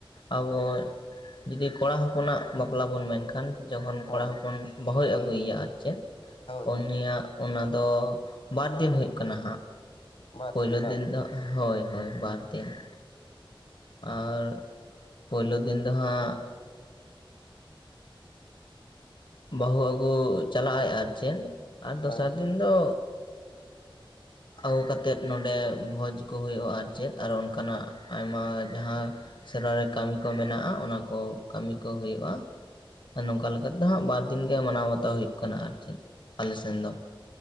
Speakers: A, on the left; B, on the left.
A: ᱟᱵᱚ ᱡᱩᱫᱤ ᱠᱚᱲᱟ ᱦᱚᱯᱚᱱᱟᱜ ᱵᱟᱯᱞᱟ ᱵᱚᱱ ᱢᱮᱱᱠᱷᱟᱱ ᱡᱚᱠᱷᱚᱱ
B: ᱦᱳᱭ
A: ᱠᱚᱲᱟ ᱦᱚᱯᱚᱱ ᱵᱟᱹᱦᱩᱭ ᱟᱹᱜᱩᱭᱮᱭᱟ ᱟᱨ ᱪᱮᱫ
B: ᱦᱳᱭ
A: ᱩᱱᱤᱭᱟᱜ
B: ᱦᱳᱭ
A: ᱚᱱᱟ ᱫᱚ ᱵᱟᱨ ᱫᱤᱱ ᱦᱩᱭᱩᱜ ᱠᱟᱱᱟ ᱦᱟᱸᱜ ᱾
B: ᱵᱟᱨ
A: ᱯᱳᱭᱞᱳ
B: ᱵᱟᱝ
A: ᱫᱤᱱ ᱫᱚ, ᱦᱳᱭ ᱦᱳᱭ ᱵᱟᱨ ᱫᱤᱱ ᱾ ᱟᱨ ᱯᱳᱭᱞᱳ ᱫᱤᱱ ᱫᱚ ᱦᱟᱸᱜ ᱵᱟᱦᱩ ᱟᱜᱩ ᱪᱟᱞᱟᱜ-ᱟᱭ ᱟᱨ ᱪᱮᱫ, ᱟᱨ ᱫᱚᱥᱟᱨ
B: ᱟᱪᱪᱷᱟ
A: ᱫᱤᱱ ᱫᱚ ᱟᱜᱩ ᱠᱟᱛᱮᱫ ᱱᱚᱸᱰᱮ ᱵᱷᱚᱡᱽ ᱠᱚ ᱦᱩᱭᱩᱜᱼᱟ ᱟᱨ ᱪᱮᱫ ᱟᱨ ᱚᱱᱠᱟᱱᱟᱜ ᱟᱭᱢᱟ ᱡᱟᱦᱟᱸ ᱥᱮᱨᱣᱟ ᱨᱮ ᱠᱟᱢᱤ ᱠᱚ ᱢᱮᱱᱟᱜᱼᱟ ᱚᱱᱟ ᱠᱚ ᱠᱟᱢᱤ ᱠᱚ ᱦᱩᱭᱩᱜᱼᱟ ᱾ ᱱᱚᱝᱠᱟ ᱞᱮᱠᱟᱛᱮ ᱦᱟᱸᱜ ᱵᱟᱨ ᱫᱤᱱ ᱜᱮ ᱢᱟᱱᱟᱣ ᱵᱟᱛᱟᱣ ᱦᱩᱭᱩᱜ ᱠᱟᱱᱟ ᱟᱨ ᱪᱮᱫ ᱟᱞᱮ ᱥᱮᱱ ᱫᱚ ᱾